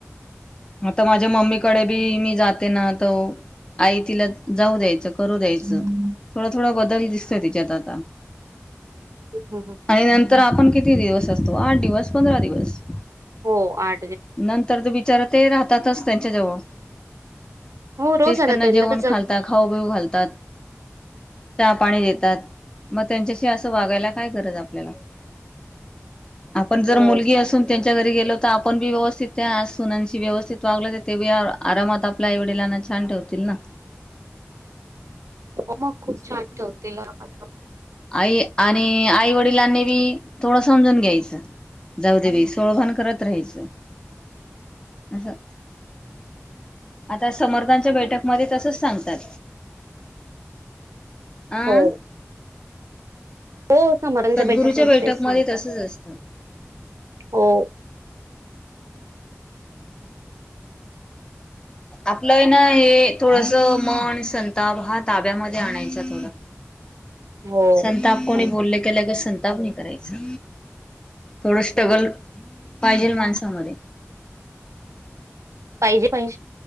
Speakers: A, on the left; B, on the right.
A: आता माझ्या मम्मीकडे बी मी जाते ना त आई तिला जाऊ द्यायचं करू द्यायचं
B: हम्म
A: थोडा थोडा बदल दिसतोय तिच्यात आता
B: हम्म.
A: आणि नंतर आपण किती दिवस आठ दिवस पंधरा दिवस
B: हो आ
A: नंतर तर बिचारा ते राहतातच त्यांच्या जवळ
B: हो रोज
A: तेच
B: आता
A: त्यांना जेवण
B: तर जग
A: खालतात खाऊबिऊ घालतात चहा पाणी देतात मग त्यांच्याशी असं वागायला काय गरज आपल्याला आपण जर
B: हो
A: मुलगी असून त्यांच्या घरी गेलो तर आपण बी व्यवस्थित त्या सुनांशी व्यवस्थित वागलं तर ते बी आरामात आपल्या आई वडिलांना छान ठेवतील ना
B: हो मग खूप छान ठेवते ल मात
A: आई आणि आई वडिलांनी बी थोडं समजून घ्यायचं जाऊ दे बी सोळभण करत राहायचं <inaudible> असं आता समर्थांच्या बैठकमध्ये तसच सांगतात अं
B: हो हो समर्थांच्या
A: सद्गुरूच्या
B: बैठक मध्ये
A: बैठकमध्ये
B: सांगत
A: तसच असतं
B: हो
A: आपलं ना हे थोडस मन संताप हा ताब्यामध्ये आणायचा थोडा
B: हो
A: संताप
B: सांगतात
A: कोणी बोलले केल्या क संताप नाही करायचा थोडं स्ट्रगल पाहिजेल माणसामध्ये
B: पाहिजे पाहि